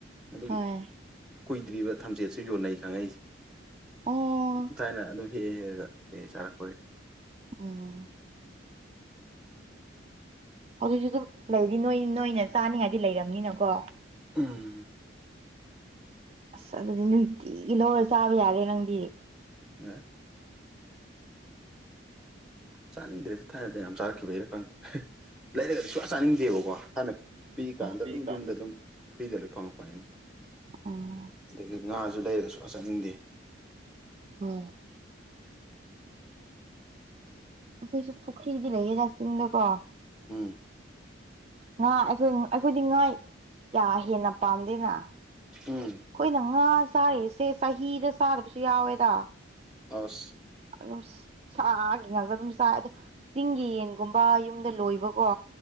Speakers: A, in the centre; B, on the right.
A: ꯑꯗꯨꯒꯤ
B: ꯍꯣꯏ
A: ꯀꯨꯏꯗ꯭ꯔꯤꯕ ꯊꯝꯆꯦꯠꯁꯨ ꯌꯣꯟꯅꯩ ꯈꯪꯉꯛꯏꯁꯦ
B: ꯑꯣ
A: ꯊꯥꯏꯅ ꯑꯗꯨꯝ ꯍꯦꯛ ꯍꯦ ꯍꯦꯛꯒ ꯍꯦꯛꯦ ꯆꯥꯔꯛꯄ
B: ꯎꯝ ꯍꯧꯖꯤꯛꯁꯨ ꯑꯗꯨꯝ ꯂꯩꯗꯤ ꯅꯣꯏ ꯅꯣꯏꯅ ꯆꯥꯅꯤꯡꯉꯥꯏꯗꯤ ꯂꯩꯔꯕꯝꯅꯤꯅꯀꯣ
A: ꯎꯝ
B: ꯑꯁ ꯑꯗꯨꯗꯤ ꯅꯨꯡꯇꯤꯒꯤ ꯂꯧꯔꯒ ꯆꯥꯕ ꯌꯥꯔꯦ ꯅꯪꯗꯤ
A: ꯑ ꯆꯥꯅꯤꯡꯗ꯭ꯔꯦꯁꯦ ꯊꯥꯏꯅꯗꯤ ꯌꯥꯝ ꯆꯥꯔꯛꯈꯤꯕꯩꯔ ꯈꯪꯗ꯭ꯔꯦ ꯂꯩꯔꯒꯗꯤ ꯁꯨꯡꯌꯥ ꯆꯥꯅꯤꯡꯗꯦꯕꯀꯣ ꯍꯥꯟꯅ ꯄꯤ ꯀꯥꯟꯗ
B: ꯄꯤꯛꯏꯀꯥꯟꯗ
A: ꯑꯗꯨꯝ ꯌꯨꯝꯗ ꯑꯗꯨꯝ ꯐ꯭ꯔꯤꯗ ꯂꯣꯏ ꯐꯪꯉꯛꯄꯁꯦ
B: ꯑꯣ
A: ꯑꯗꯨꯗꯒꯤ ꯉꯥꯁꯨ ꯂꯩꯔꯁꯨ ꯆꯠꯅꯤꯡꯗꯦ
B: ꯍꯣꯏ ꯑꯩꯈꯣꯏꯁꯨ ꯄꯨꯈ꯭ꯔꯤꯗꯤ ꯂꯩꯌꯦꯦꯖꯥ ꯆꯤꯡꯗꯀꯣ
A: ꯑꯝ
B: ꯉꯥ ꯑꯩꯈꯣꯏ ꯑꯩꯈꯣꯏꯗꯤ ꯉꯥ ꯀꯌꯥ ꯍꯦꯟꯅ ꯄꯥꯝꯗꯦꯅ ꯑꯩꯈꯣꯏꯅ
A: ꯎꯝ
B: ꯉꯥ ꯆꯥꯔꯤꯁꯦ ꯆꯍꯤꯗ ꯆꯥꯗꯕꯁꯨ ꯌꯥꯎꯋꯦꯗ
A: ꯑꯁ
B: ꯑꯗꯨꯝ ꯁꯥꯒꯤ ꯉꯥꯛꯇ ꯑꯗꯨꯝ ꯆꯥꯏ ꯑꯗꯨ ꯆꯤꯡꯒꯤ ꯌꯦꯟꯒꯨꯝꯕ ꯌꯨꯝꯗ ꯂꯣꯏꯕꯀꯣ